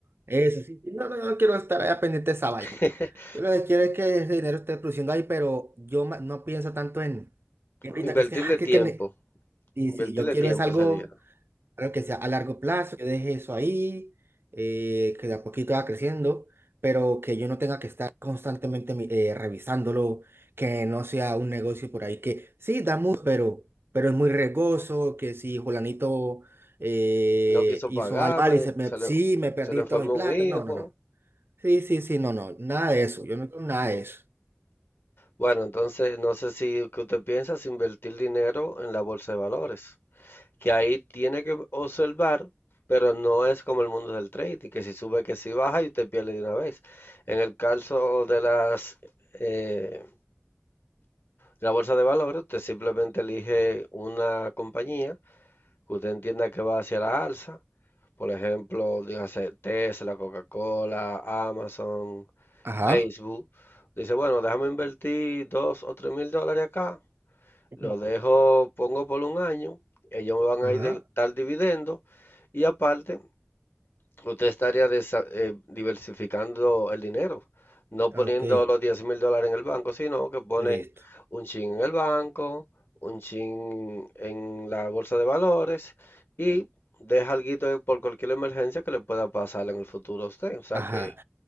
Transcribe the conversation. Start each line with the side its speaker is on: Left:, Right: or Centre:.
Right: eso, sí, sí, no, no, no quiero estar ahí pendiente de esa
Left: <laughs>
Right: vaina. Yo lo que quiero es que ese dinero esté produciendo ahí, pero yo ma- no pienso tanto en, en ahorita
Left: invertirle
Right: que es que, ay, que,
Left: tiempo,
Right: que ne- sí,
Left: invertirle
Right: sí, yo quiero
Left: tiempo
Right: es algo
Left: sería.
Right: claro que sea a largo plazo, yo deje eso ahí, eh, que de a poquito va creciendo, pero que yo no tenga que estar constantemente mi- eh, revisándolo, que no sea un negocio por ahí que sí da mucho, pero, pero es muy regoso, que si Julanito eh,
Left: no quiso
Right: hizo
Left: pagarme,
Right: algo mal y se me,
Left: se
Right: sí,
Left: le,
Right: me perdí
Left: se le enfermó
Right: toda mi plata,
Left: un hijo.
Right: no, no, no. Sí, sí, sí, no, no, nada de eso, yo no quiero nada de eso.
Left: Bueno, entonces no sé si que usted piensa es invertir dinero en la bolsa de valores, que ahí tiene que observar, pero no es como el mundo del trading, que si sube, que si baja y usted pierde de una vez. En el caso de las eh, la bolsa de valores, usted simplemente elige una compañía que usted entienda que va hacia la alza. Por ejemplo, dígase Tesla, Coca-Cola, Amazon,
Right: Ajá.
Left: Facebook, dice, bueno, déjame invertir dos o tres mil dólares acá,
Right: Ujú.
Left: lo dejo, pongo por un año, ellos me van
Right: Ajá,
Left: a ir de- dar dividendos y aparte, usted estaría desa- eh, diversificando el dinero, no
Right: ah,
Left: poniendo
Right: ok,
Left: los 10 mil dólares en el banco, sino que pone
Right: listo.
Left: un chin en el banco, un chin en la bolsa de valores y deja algo por cualquier emergencia que le pueda pasar en el futuro a usted, o sea
Right: Ajá.
Left: que